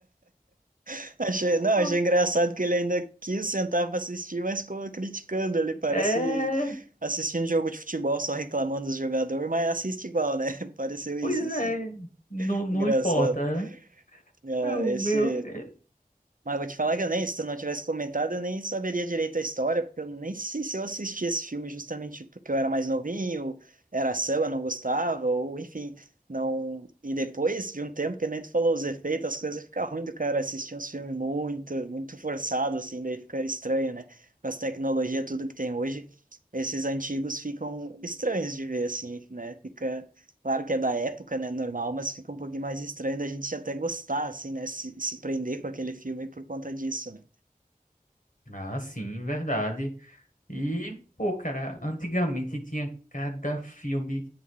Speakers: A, on the right; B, on the left.
A: <laughs> achei,
B: <laughs>
A: não, achei engraçado que ele ainda quis sentar pra assistir, mas ficou criticando ali, parece
B: É,
A: assistindo jogo de futebol, só reclamando dos jogadores, mas assiste igual, né? <laughs> Pareceu isso,
B: pois
A: assim.
B: é. Não, não
A: Engraçado.
B: importa. né?
A: Ah,
B: É o
A: esse
B: meu. é-
A: Mas vou te falar que eu nem, se tu não tivesse comentado, eu nem saberia direito a história, porque eu nem sei se eu assisti esse filme justamente porque eu era mais novinho, era ação, eu não gostava, ou enfim, não. E depois de um tempo, que nem tu falou, os efeitos, as coisas ficam ruim do cara assistir uns filmes muito, muito forçados, assim, daí fica estranho, né? Com as tecnologias, tudo que tem hoje, esses antigos ficam estranhos de ver, assim, né? Fica Claro que é da época, né? Normal, mas fica um pouquinho mais estranho da gente até gostar, assim, né? Se, se prender com aquele filme por conta disso, né?
B: Ah, sim, verdade. E, pô, cara, antigamente tinha cada filme